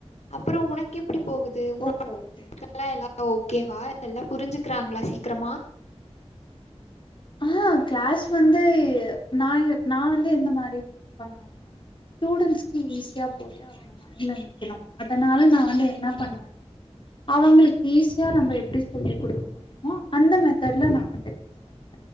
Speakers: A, on the left; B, on the left.
A: அப்புறோ உனக்கு எப்பிடி போகுது உன
B: ஓகே ஓகே
A: <inaudible> ல எல்லா ஓகேவா எல்லா புரிஞ்சுக்குறாங்ளா சீக்கிரமா
B: இல்ல கிளாஸ் வந்து நா நா வந்து எந்த மாரி டீச் பண்ணுவேன்னா ஸ்டூடென்ஸ்கு ஈஸியா புரியோ ஆ மைன்ட்ல நிக்கணு அதனால நா வந்து என்ன பண்ணுவே அவங்களுக்கு ஈஸியா நம்ம எப்டி சொல்லி குடுக்க முடியுமோ அந்த மெத்தட்ல நா வந்து டீச் பண்ணுவ